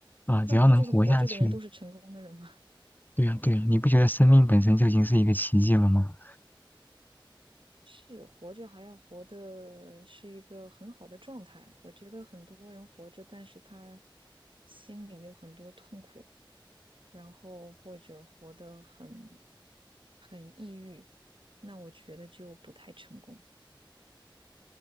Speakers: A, on the left (about 20°); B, on the right (about 70°).
A: 啊，只要能活下去，
B: 那不就是活着的人都是成功的人吗？<laughs>
A: 对呀，对呀，你不觉得生命本身就已经是一个奇迹了吗？
B: 是，活着还要活的是一个很好的状态。我觉得很多人活着，但是他心里有很多痛苦。然后或者活得很很抑郁，那我觉得就不太成功。